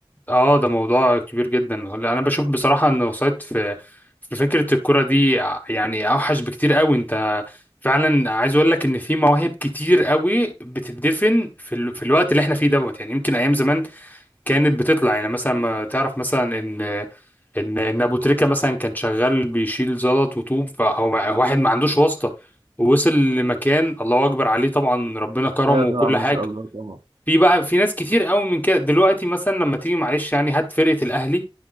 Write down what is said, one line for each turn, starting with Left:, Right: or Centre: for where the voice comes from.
Left: اه ده موضوع كبير جدا هلا انا بشوف بصراحه ان وسط في في فكره الكره دي ع- يعني اوحش بكتير قوي انت فعلا عايز اقول لك ان في مواهب كتير قوي بتدفن في ال... في الوقت اللي احنا فيه دوت يعني يمكن ايام زمان كانت بتطلع يعني مثلا ما تعرف مثلا ان ان ان ابو تريكه مثلا كان شغال بيشيل زلط وطوب فهو واحد ما عندوش واسطه ووصل لمكان الله اكبر عليه طبعا ربنا كرمه
Right: ايوه طبعا
Left: وكل حاجه
Right: ان شاء الله طبعا
Left: في بقى في ناس كتير قوي من كده دلوقتي مثلا لما تيجي معلش يعني هات فرقة الأهلي